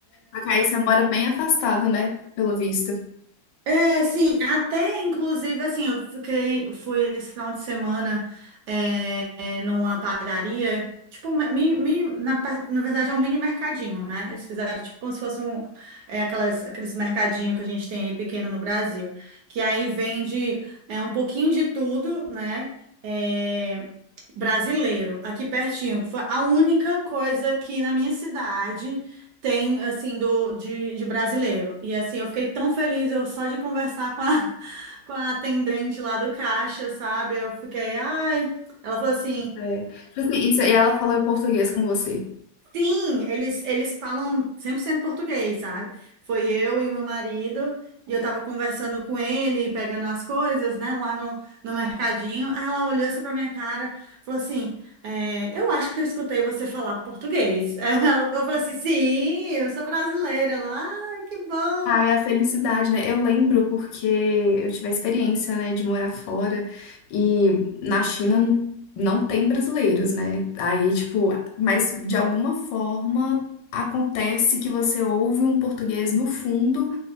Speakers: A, on the left (about 75°); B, on the right (about 70°).
A: Só que aí você mora bem afastado, né? Pelo visto.
B: É, sim, até inclusive assim, eu fiquei, fui esse final de semana é, é, numa padaria, tipo, mi- mi- na, par- na verdade é um mini mercadinho, né? Eles fizeram tipo como se fosse um, é, aquelas, aqueles mercadinho que a gente tem aí pequeno no Brasil, que aí vende é, um pouquinho de tudo, né? É, brasileiro, aqui pertinho, que foi a única coisa que na minha cidade tem, assim, do, de, de brasileiro. E, assim, eu fiquei tão feliz eu, só de conversar com a, <laughs> com a atendente lá do caixa, sabe? Eu fiquei, ai. Ela falou assim.
A: É. Tipo assim, e você- e ela falou português com você.
B: Sim, eles, eles falam 100% português, sabe? Foi eu e o meu marido, e eu tava conversando com ele, pegando as coisas, né, lá no, no mercadinho. Aí ela olhou assim pra minha cara, falou assim: é, Eu acho que eu escutei você falar português. <laughs> Ela, eu falei assim: Sim, eu sou brasileira. Ela, ah, que bom.
A: Ah, é a felicidade, né? Eu lembro porque eu tive a experiência, né, de morar fora e na China n- não tem brasileiros, né? Aí, tipo, mas de alguma forma acontece que você ouve um português no fundo